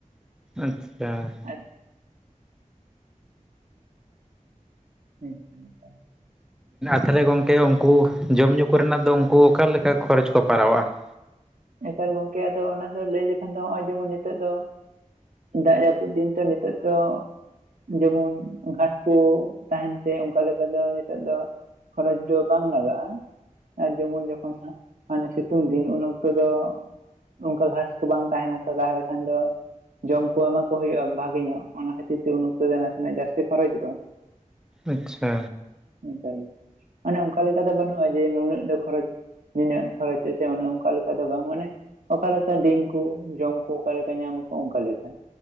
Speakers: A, in the centre; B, on the right (about 65°).
A: ᱟᱪᱪᱷᱟ <inaudible>
B: ᱟᱨ ᱦᱮᱸ <inaudible>
A: ᱛᱟᱦᱚᱞᱮ ᱜᱚᱝᱠᱮ ᱩᱱᱠᱩ ᱡᱚᱢ ᱧᱩ, <inaudible> ᱠᱚᱨᱮᱱᱟᱜ ᱫᱚ ᱩᱱᱠᱩ ᱚᱠᱟᱞᱮᱠᱟ ᱠᱷᱚᱨᱚᱪ ᱠᱚ ᱯᱟᱲᱟᱣᱟᱜ ᱼᱟ ᱾
B: ᱮᱠᱟᱞ ᱜᱚᱝᱠᱮ ᱟᱫᱚ ᱚᱱᱟ ᱫᱚ ᱞᱟᱹᱭ ᱞᱮᱠᱷᱟᱱ ᱫᱚ ᱱᱚᱜᱼᱚᱭ ᱡᱮᱢᱚᱱ ᱱᱤᱛᱚᱜ ᱫᱚ ᱫᱟᱜ ᱡᱟᱹᱯᱩᱫ ᱫᱤᱱ ᱛᱚ ᱱᱤᱛᱚᱜ ᱫᱚ- ᱡᱮᱢᱚᱱ ᱜᱷᱟᱸᱥᱠᱩ ᱛᱟᱦᱮᱱ ᱛᱮ ᱚᱱ- ᱯᱟᱞᱮᱠᱟ ᱫᱚ ᱱᱤᱛᱚᱜ ᱫᱚ ᱠᱷᱚᱨᱚᱪ ᱫᱚ ᱵᱟᱝ ᱞᱟᱜᱟᱜᱼᱟ ᱟᱨ ᱡᱮᱢᱚᱱ ᱡᱚᱠᱷᱚᱱ ᱦᱟᱸᱜ, ᱦᱟᱱᱮ ᱥᱤᱛᱩᱝ ᱫᱤᱱ ᱩᱱ ᱚᱠᱛᱚ ᱫᱚ ᱚᱱᱠᱟ ᱜᱷᱟᱥ ᱠᱚ ᱵᱟᱝ ᱛᱟᱦᱮᱱᱟ ᱛᱚ ᱛᱟᱦᱚᱞᱮ ᱠᱷᱟᱱ ᱫᱚ, ᱡᱚᱢ ᱠᱚ ᱮᱢᱟ ᱠᱚ ᱦᱩᱭᱩᱜᱼᱟ ᱵᱷᱟᱜᱮ ᱧᱚᱜ ᱚᱱᱟ ᱠᱷᱟᱹᱛᱤᱨ ᱛᱮ ᱩᱱ ᱚᱠᱛᱚ ᱫᱚ ᱱᱟᱥᱮᱱᱟᱜ ᱡᱟᱹᱥᱛᱤ ᱠᱷᱚᱨᱚᱪᱚᱜᱼᱟ᱾
A: ᱟᱪᱪᱷᱟ᱾
B: ᱦᱮᱸ ᱛᱟᱦᱚᱞᱮ, ᱢᱟᱱᱮ ᱚᱱᱠᱟ ᱞᱮᱠᱟ ᱫᱚ ᱵᱟᱹᱱᱩᱜᱼᱟ ᱡᱮ ᱱᱩᱱᱟᱹᱜ ᱫᱚ ᱠᱷᱚᱨᱚᱪ ᱱᱤᱱᱟᱹᱜ ᱠᱷᱚᱨᱚᱪ ᱥᱮ ᱚᱱᱮ ᱚᱱᱠᱟ ᱞᱮᱠᱟ ᱫᱚ ᱵᱟᱝ, ᱢᱟᱱᱮ? ᱚᱠᱟ ᱞᱮᱠᱟ ᱫᱤᱱ ᱠᱚ ᱡᱚᱢ ᱠᱚ ᱚᱠᱟ ᱞᱮᱠᱟ ᱧᱟᱢᱟᱠᱚ ᱚᱱᱠᱟ ᱞᱮᱠᱟ᱾